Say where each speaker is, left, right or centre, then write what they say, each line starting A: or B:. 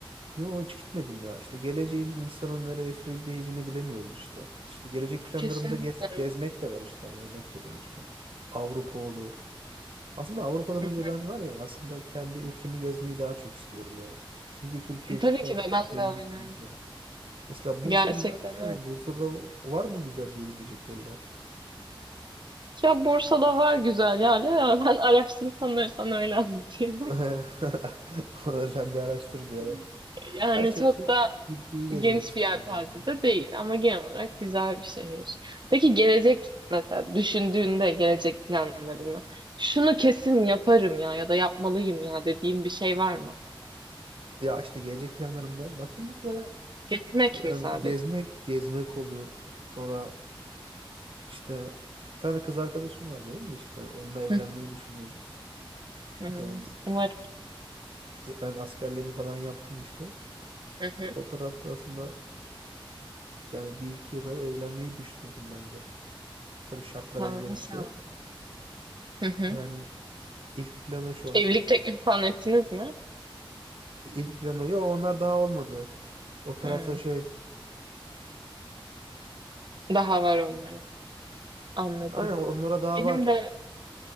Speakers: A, on the right; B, on the right.
A: Yo hiç gitmedim ya. İşte geleceğin insanın nereye sürükleyeceğini bilemiyoruz işte. İşte gelecek planlarımda
B: Kesinlikle.
A: gez, gezmek
B: <laughs>
A: de var işte. Yani örnek veriyorum işte. Avrupa olur. Aslında Avrupa'dan
B: Hı
A: önce ben var ya aslında kendi ülkemi gezmeyi daha çok istiyorum ya. Çünkü Türkiye
B: hı. Tabii
A: cidden
B: ki de ben
A: cennet
B: de aynı.
A: bir ülke. Mesela Bursa
B: Gerçekten
A: güzel bir şehir.
B: öyle.
A: Bursa'da var mı güzel gezilecek yerler?
B: Ya Bursa'da var güzel yerler ama ben araştırıp onları sana öyle anlatayım.
A: <laughs> Onları sen bir araştır bir ara.
B: <laughs> Yani
A: Ha işte
B: çok
A: Tür-
B: da
A: Türkiye'yi gezmek
B: geniş
A: istiyorum.
B: bir yelpaze
A: falan.
B: de değil ama genel olarak güzel bir şehir. Peki gelecek mesela düşündüğünde gelecek planlarını şunu kesin yaparım ya ya da yapmalıyım ya dediğin bir şey var mı?
A: Ya işte gelecek planlarımda baktığımızda
B: Gezmek
A: Yani
B: mi sadece?
A: gezmek gezmek olur. Sonra işte bir tane kız arkadaşım var benim de işte onunla evlenmeyi
B: Hı hı.
A: düşünüyoruz.
B: Hmm,
A: Yani
B: Umarım.
A: ben askerliğimi falan yaptım işte.
B: Hı hı.
A: O tarafta aslında yani bir iki yıla evlenmeyi düşünüyorum ben de. Tabii şartlar
B: Ha,
A: el verirse.
B: inşallah. Hı hı.
A: Yani ilk planı şu an.
B: Evlilik teklifi falan ettiniz mi?
A: İlk planı yok onlar daha olmadı. O tarafta
B: Hmm,
A: şey.
B: Daha var onların Anladım.
A: Aynen onlara daha
B: Benim
A: var.
B: de